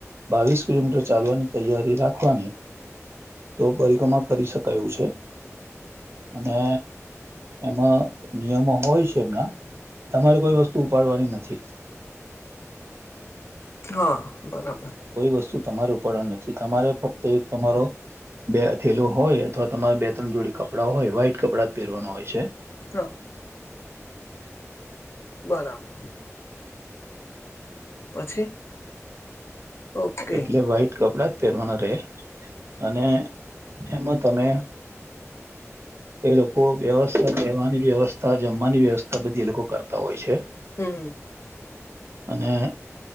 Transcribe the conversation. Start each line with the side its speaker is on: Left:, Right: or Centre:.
Right: બાવીસ કિલોમીટર ચાલવાની તૈયારી રાખવાની તો પરિક્રમા કરી શકાય એું છે અને એમાં નિયમો હોય છે એમના તમારે કોઈ વસ્તુ ઉપાડવાની નથી
Left: હા બરાબર
Right: કોઈ વસ્તુ તમારે ઉપર નથી તમારે ફક્ત એક તમારો બે થેલો હોય અથવા તમારા બે ત્રણ જોડી કપડાં હોય વ્હાઈટ કપડાં જ પહેરવાનો હોય છે
Left: હા બરાબર પછી ઓકે
Right: એટલે વ્હાઈટ કપડા પહેરવાના રહે અને એમાં તમે એ લોકો વ્યવસ્થા લેવાની વ્યવસ્થા જમવાની વ્યવસ્થા બધી એ લોકો કરતા હોય છે
Left: હમ
Right: અને